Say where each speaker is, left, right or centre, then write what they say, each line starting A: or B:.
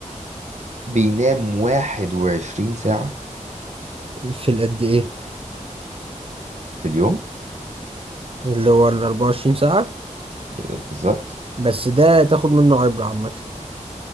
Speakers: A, on the right (about 60°); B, on the right (about 45°).
A: بينام 21 ساعة
B: في القد ايه
A: في اليوم
B: اللي هو الأربعة وعشرين ساعة
A: ب- بالظبط
B: بس ده تاخد منه عبرة عامة